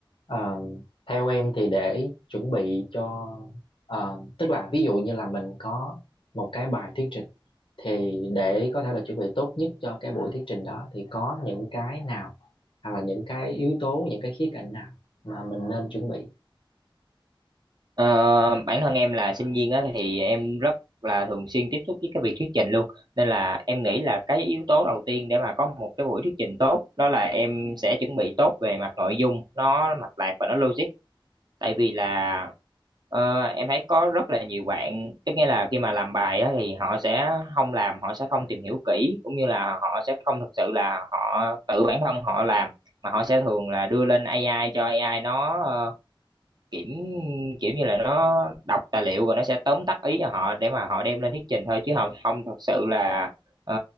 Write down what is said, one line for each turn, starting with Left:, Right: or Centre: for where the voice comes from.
Left: Ờ, theo em thì để chuẩn bị cho ờ, tức là ví dụ như là mình có một cái bài thuyết trình thì để có thể là chuẩn bị tốt nhất cho cái buổi thuyết trình đó thì có những cái nào hoặc là những cái yếu tố những cái khía cạnh nào mà mình nên chuẩn bị
Right: Ờ, bản thân em là sinh viên á thì em rất là thường xuyên tiếp xúc với cái việc thuyết trình luôn nên là em nghĩ là cái yếu tố đầu tiên để mà có một cái buổi thuyết trình tốt đó là em sẽ chuẩn bị tốt về mặt nội dung nó mạch lạc và nó logic tại vì là ờ, em thấy có rất là nhiều bạn tức nghĩa là khi mà làm bài á thì họ sẽ không làm họ sẽ không tìm hiểu kỹ cũng như là họ sẽ không thực sự là họ tự bản thân họ làm mà họ sẽ thường là đưa lên AI cho AI nó ờ, kiểu kiểu như là nó đọc tài liệu rồi nó sẽ tóm tắt ý cho họ để mà họ đem lên thuyết trình thôi chứ không không thật sự là ờ,